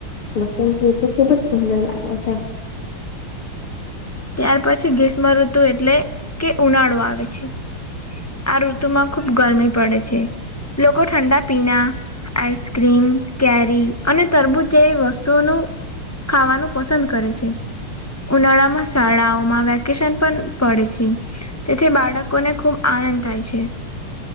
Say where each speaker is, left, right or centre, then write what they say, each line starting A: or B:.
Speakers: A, on the left; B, on the left.
A: વસંત ઋતુ ખુબ જ સુંદર લાગે છે.
B: ત્યાર પછી ગીષ્મ ઋતુ એટલે કે ઉનાળો આવે છે. આ ઋતુમાં ખુબ ગરમી પડે છે લોકો ઠંડા પીણા આઈસક્રીમ કેરી અને તરબૂજ જેવી વસ્તુઓનું. ખાવાનું પસંદ કરે છે ઉનાળામાં. શાળાઓમાં વેકેશન પણ પડે છે તેથી બાળકોને ખુબ આનંદ થાય છે.